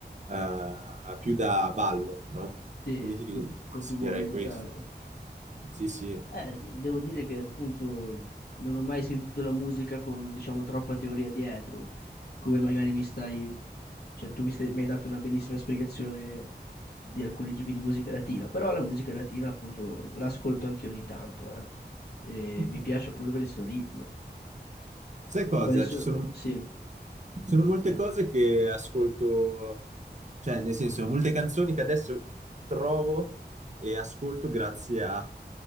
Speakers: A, on the right (about 40°); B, on the left (about 60°).
A: eh, più da ballo, no?
B: Sì,
A: Quindi ti, dico-
B: più, un
A: ti consiglierei
B: po' più movimentata.
A: questo. Sì, sì.
B: Eh, di- devo dire che appunto non ho mai sentito la musica con, diciamo, troppa teoria dietro, come magari mi stai, cioè tu mi, stai- mi hai dato una bellissima spiegazione di alcuni tipi di musica latina, però la musica latina appunto l'ascolto anche ogni tanto, eh. E
A: Ok.
B: mi piace appunto per il suo ritmo.
A: Sai cosa?
B: Quali sono?
A: Ci sono
B: Sì, Eh,
A: Sono molte cose che ascolto, cioè nel senso, molte canzoni che adesso trovo e ascolto grazie a,